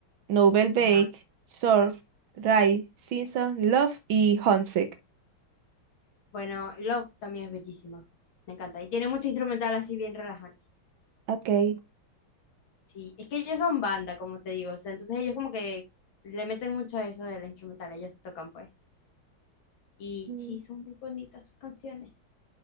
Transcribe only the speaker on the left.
Ajá.
Bueno, Love también es bellísima. Me encanta. Y tiene mucho instrumental así bien relajante.
Sí, es que ellos son banda, como te digo, o sea, entonces ellos como que le meten mucho a eso de la instrumental, ellos tocan pues. Y
sí, son muy bonitas sus canciones,